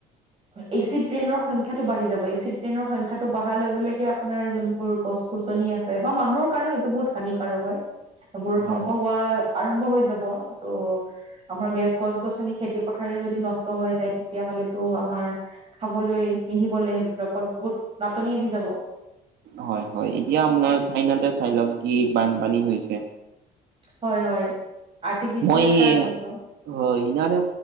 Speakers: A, on the right; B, on the right.
A: এচিড ট্ৰেইনৰ সংখ্যাটো বাঢ়ি যাব চি ট্ৰেইনৰ সংখ্যাটো বাঢ়াৰ লগে লগে আপোনাৰ যোনবোৰ গছ গছনি আছে বা মানুহৰ কাৰণেও এইটো বহুত হানিকাৰক হয় সেই বোৰত ধ্বংস
B: হয়।
A: হোৱা আৰম্ভ হৈ যাব ত' আমাৰ গছ-গছনি খেতি পথাৰে যদি নষ্ট হৈ যায় তেতিয়াহলেতো আমাৰ খাবলৈ পিন্ধিবলৈ সেইবিলাকত বহুত নাটনি আহি যাব।
B: হয় হয় এতিয়া আপোনাৰ চাইনাতে চাই লওক কি বানপানী হৈছে।
A: হয় হয়। আৰ্টিফিচিয়েল
B: মই
A: ফ্লাড সেইটো
B: হয়, সিনানে